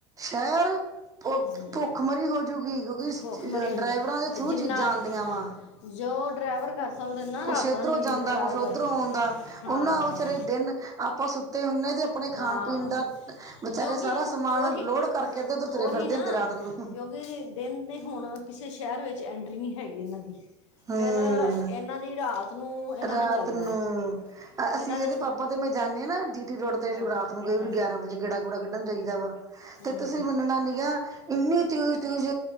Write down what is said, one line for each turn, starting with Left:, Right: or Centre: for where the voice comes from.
Right: ਸ਼ਹਿਰ ਭੁੱਖਮਰੀ
Left: ਹਮ,
Right: ਹੋਜੂਗੀ, ਕਿਉਂਕਿ
Left: ਭੁੱਖ ਮਰੀ ਹੋ
Right: ਡਰਾਈਵਰਾਂ
Left: ਜਾਂਦੀ
Right: ਦੇ ਥਰੂ
Left: ਜਿੰਨਾ
Right: ਚੀਜ਼ਾਂ ਆਂਦੀਆਂ ਵਾ।
Left: ਜੋ ਡਰਾਈਵਰ ਕਰ ਸਕਦੇ ਨਾ
Right: ਕੁਛ
Left: ਰਾਤਾਂ
Right: ਇੱਧਰੋਂ
Left: ਦੀ ਨੀਂਦ
Right: ਜਾਂਦਾ
Left: ਖਰਾਬ
Right: ਕੁੱਛ ਉੱਧਰੋਂ
Left: ਕਰ
Right: ਆਉਂਦਾ
Left: ਹਾਂ
Right: ਓਨਾਂ ਵਿਚਾਰੇ ਦਿਨ ਆਪਾਂ ਸੁੱਤੇ ਹੁਣੇ ਤੇ ਆਪਣੇ
Left: ਹਾਂ
Right: ਖਾਣ ਪੀਣ ਦਾ ਵਿਚਾਰੇ
Left: ਕਿਉਂਕਿ
Right: ਸਾਰਾ ਸਮਾਂਨ
Left: ਉਹੀ
Right: ਲੋਡ ਕਰਕੇ ਅੱਧਰ ਉਧਰ ਤੁਰੇ
Left: ਉਹੀ
Right: ਫਿਰਦੇ
Left: ਨਾ
Right: ਹੁੰਦੇ ਰਾਤ ਨੂੰ।
Left: ਕਿਉਂਕਿ ਦਿਨ ਦੇ ਹੁਣ ਕਿਸੇ ਸ਼ਹਿਰ ਵਿੱਚ ਐਂਟਰੀ ਨੀ ਹੈਗੀ ਇਹਨਾਂ ਦੀ
Right: ਹੂੰ
Left: ਫਿਰ ਇਹਨਾਂ ਦੀ ਰਾਤ ਨੂੰ ਇਹਨਾਂ
Right: ਰਾਤ
Left: ਨੇ ਚੱਲਣਾ
Right: ਨੂੰ
Left: ਹੈ। ਇਹਨਾਂ
Right: ਅਸੀਂ
Left: ਨੇ
Right: ਇਹਦੇ ਪਾਪਾ ਤੇ ਮੈਂ ਜਾਣਾਂ ਨੇ ਨਾ। ਰੋਡ ਤੇ
Left: ਹਾਂ
Right: ਰਾਤ ਨੂੰ ਕਈ
Left: ਹਾਂ
Right: ਵਾਰੀ ਗਿਆਰਾਂ ਵਜੇ ਗੇੜਾ ਗੂੜਾ ਕੱਢਣ ਜਾਈਦਾ ਵਾ
Left: ਹੂੰ
Right: ਤੇ ਤੁਸੀਂ ਮੰਨਣਾ ਨੀ ਗਾ। ਇੰਨੀ ਤੇਜ਼-ਤੇਜ਼